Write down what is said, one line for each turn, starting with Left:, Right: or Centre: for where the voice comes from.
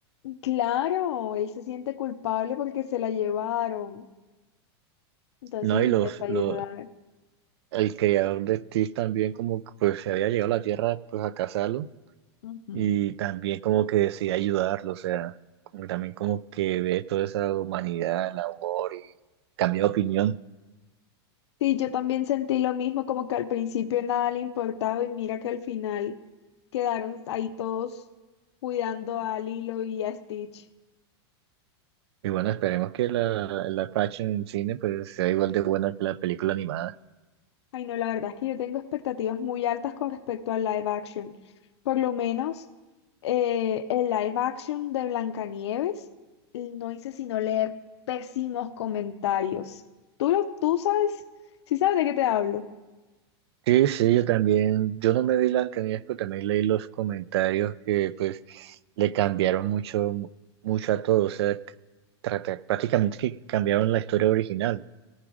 Left: Claro, él se siente culpable porque se la llevaron, entonces
Right: No,
Left: intenta
Right: y los,
Left: ayudar.
Right: los, el creador de Stitch también como que pues se había llegado a la Tierra pues a cazarlo
Left: Ujú.
Right: y también como que decide ayudarlo, o sea, como que también como que ve toda esa humanidad, el amor y cambia de opinión.
Left: Sí, yo también sentí lo mismo, como que al principio nada le importaba y mira que al final quedaron ahí todos cuidando a Lilo y a Stitch.
Right: Y bueno, esperemos que la, la fashion en cine pues sea igual de buena que la película animada.
Left: Ay, no, la verdad es que yo tengo expectativas muy altas con respecto al live action. Por lo menos eh, el live action de Blancanieves no hice sino leer pésimos comentarios. ¿Tú, lo- tú sabes? ¿Sí sabes de qué te hablo?
Right: Sí, sí, yo también, yo no me vi Blancanieves, pero también leí los comentarios que pues le cambiaron mucho, mucho a todo, o sea, trata- prácticamente que cambiaron la historia original.